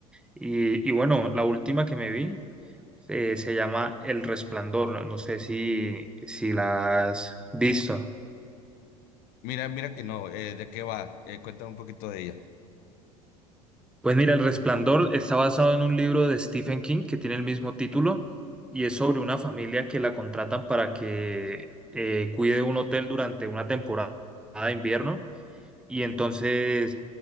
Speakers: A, in the centre; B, on the left (about 50°).
A: Y, y bueno, la última que me vi eh, se llama El Resplandor. No no sé si, si la has visto.
B: Mira, mira que no, eh, ¿de qué va? Eh, cuéntame un poquito de ella.
A: Pues mira, El Resplandor está basado en un libro de Stephen King que tiene el mismo título y es sobre una familia que la contratan para que eh, cuide un hotel durante una temporada de invierno. Y entonces,